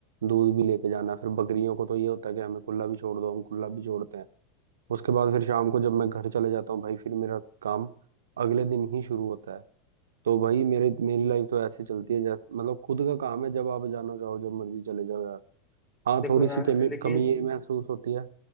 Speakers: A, on the right; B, on the left.
A: दूध भी लेके जाना है फिर बकरियों को तो ये होता है कि हमें खुला भी छोड़ दो हम खुला भी छोड़ते हैं उसके बाद फिर शाम को जब मैं घर चले जाता हूँ भाई फिर मेरा काम अगले दिन ही शुरू होता है तो भाई मेरे मेरी लाइफ तो ऐसे चलती है जैसे मतलब खुद का काम है जब आप जाना चाहो जब मर्जी चले जाओ यार हाँ
B: देखो
A: थोड़ी
B: यार
A: सी कमी
B: लेकिन
A: कमी ये महसूस होती है